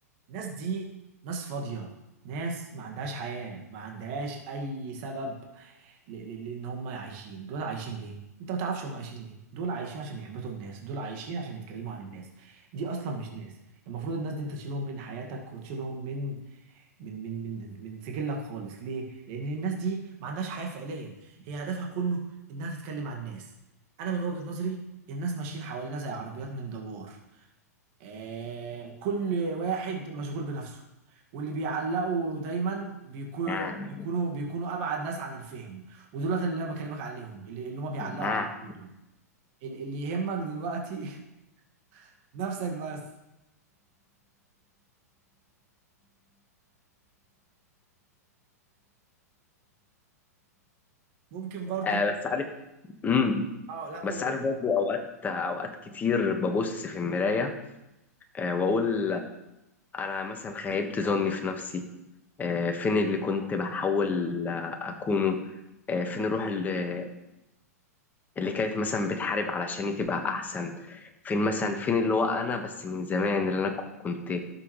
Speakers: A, on the right; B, on the left.
A: الناس دي ناس فاضية ناس ما عندهاش حياة ما عندهاش أي سبب ل- ل- لان هم عايشين دول عايشين ليه انت ما تعرفش هم عايشين ليه دول عايشين عشان يحبطوا الناس دول عايشين عشان يتكلموا عن الناس دي اصلا مش ناس المفروض الناس دي انت تشيلهم من حياتك وتشيلهم من من من من من سجلك خالص ليه لان الناس دي ما عندهاش حياة فعليا هي هدفها كله انها تتكلم عن الناس انا من وجهة نظري الناس ماشيين حوالينا زي عربيات من دوار آه، كل واحد مشغول بنفسه واللي بيعلقوا دايما بيكون
B: آه.
A: بيكونوا بيكونوا ابعد ناس عن الفهم ودولت اللي انا بكلمك عليهم اللي اللي هم بيعلقوا
B: آه.
A: على طول دول. ال- اللي يهمك دلوقتي <laughs> نفسك بس ممكن برضو
B: آه
A: نقول-
B: بس عارف امم
A: اه لا قول
B: بس عارف
A: قول
B: برضه اوقات اوقات كتير ببص في المراية آه واقول انا مثلا خيبت ظني في نفسي آه فين اللي كنت بحاول آه، اكونه آه فين الروح اللي اللي كانت مثلا بتحارب علشان تبقى احسن فين مثلا فين اللي هو انا بس من زمان اللي انا كنت